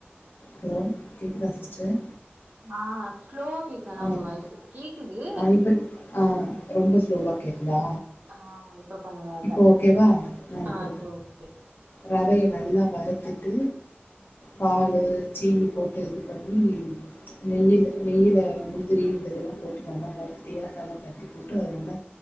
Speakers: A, on the left; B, on the right.
A: ஹலோ கேக்குதா சிஸ்டர்
B: ஆ ஸ்லோவா கேக்குது ஆனா
A: ம்
B: உங்க வாய்ஸு கேக்குது
A: ஆ இப்ப ஆ ரொம்ப ஸ்லோவா கேக்குதா
B: ஆமா இ இப்ப பரவால்ல
A: இப்போ ஓகேவா
B: ஆ
A: இப்போ
B: இப்ப ஓகே
A: ரவைய நல்லா வறுத்துட்டு
B: ம்
A: பாலு சீனி போட்டு இது பண்ணி நெய்யில நெய்யில முந்திரி இதையல்லா போட்டு நல்லா வறுத்து தேங்கா கல்லா தட்டி போட்டு நல்லா